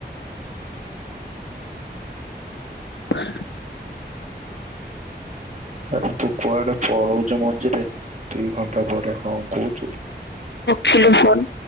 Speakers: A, on the left (about 80°); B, on the right (about 40°).
A: ହଁ।
B: ଆବେ ତୁ କୁଆଡେ । ପଳଉଚୁ ମଝିରେ ଦି ଘଣ୍ଟା ପରେ ହଁ କହୁଛୁ।
A: ଟେଲିଫୋନ ।